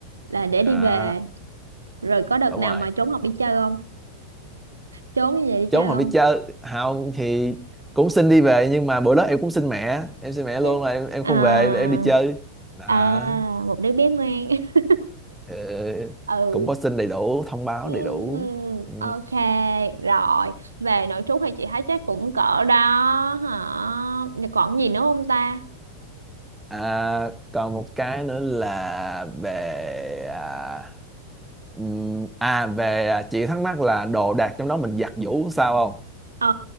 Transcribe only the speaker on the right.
là để
đi về Rồi có đợt
nào
mà trốn học đi chơi không? Trốn như vậy đi
chơi
không?
<laughs>
À,
à, một đứa bé ngoan. <laughs>
Ừ.
Ừm,
ok, rồi. Về nội trú thì chị thấy chắc cũng cỡ đó hả? Còn gì nữa không ta?
Ờ,